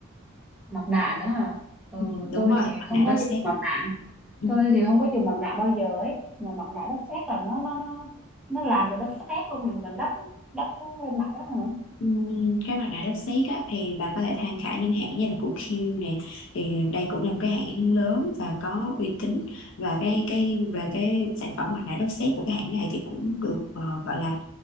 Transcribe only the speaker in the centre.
mặt nạ nữa hả ừ,
tôi
thì
không
có
dùng mặt nạ
tôi thì không có dùng mặt nạ bao giờ ấy mà mặt nạ đất sét là nó nó nó nó làm từ đất sét luôn mình mình đắp đắp lên mặt đó hả